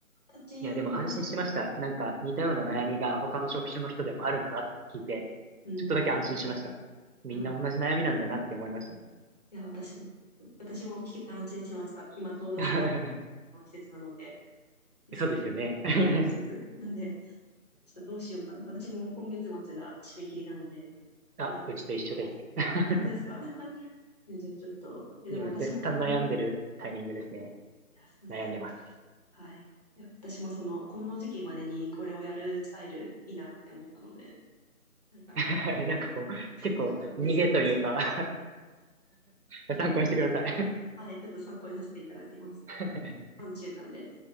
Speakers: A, on the left; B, on the right.
A: 私は、
B: いや、でも安心しました。なんか似たような悩みが他の職種の人でもあるんだなって聞いて、
A: うん、
B: ちょっとだけ安心しました。
A: い
B: みんな同じ悩みなんだなって思いましたね。
A: やー、いや、私も、私も聞けて安心しました。今ちょうどその、
B: <laughs>
A: 季節なので、季節
B: そうですよね。<laughs>
A: 育てる季節なんで、ちょっとどうしようかな。私も今月末が締め切りなので、
B: あ、
A: どうやって、
B: うちと一緒です。<laughs>
A: 本当ですかでじゃあちょっと、いやでも私もこの、
B: 今絶賛悩んでるタイミングですね。
A: いや、そうですね。
B: 悩んでます。
A: はい。いや、私もその、この時期までにこれをやるスタイルいいなって思ったので、なんか、
B: <laughs> はいなんかこう、結構逃げというか
A: ちょっと真似するかもしれな
B: <laughs> あの <laughs> 参考にしてください
A: い。はい、ちょっと参考にさせていただきます。
B: <laughs>
A: 3週間で。